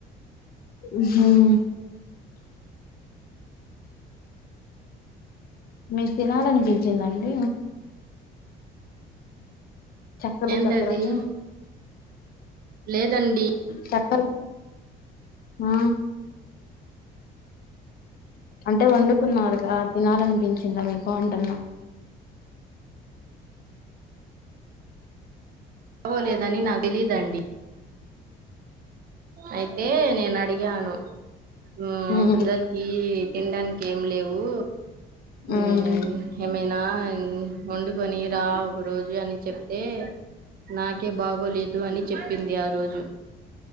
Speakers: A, on the left (about 60°); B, on the right (about 60°).
A: హుహుమ్ మీకు తినాలనిపించిందండి చక్కలు
B: ఏందది
A: చక్రాలు
B: లేదండి
A: తట్ కర్ ఆ అంటే వండుకున్నారుగా తినాలనిపించిందా మీకు అంటున్నా
B: చవోలేదని నాకు తెలీదండి అయితే నేను అడిగాను ఆ
A: మ్మ్
B: పిల్లలకి తినడానికి ఏం లేవూ
A: మ్మ్
B: మ్ మే నా వండుకొని రా ఒక రోజు అని చెప్తే నాకే బాగోలేదు అని చెప్పింది ఆ రోజు అ